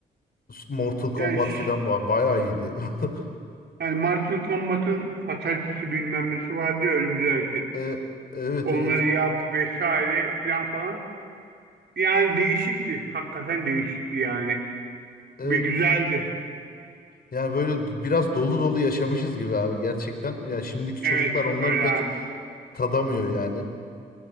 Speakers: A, on the left; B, on the right.
A: Mortal Kombat
B: Yani, ş-
A: filan ba- bayağı iyiydi. <laughs>
B: yani Mortal Kombat'ın fatalitesi bilmem nesi vardı ya ölümcül hareket.
A: E, evet
B: Onları
A: evet
B: yap vesaire filan falan. Yani değişikti. Hakikaten değişikti yani.
A: evet
B: Ve güzeldi.
A: yani böyle biraz dolu dolu yaşamışız gibi abi gerçekten ya şimdiki çocuklar
B: Evet
A: onları
B: öyle
A: pek
B: abi.
A: tadamıyor yani.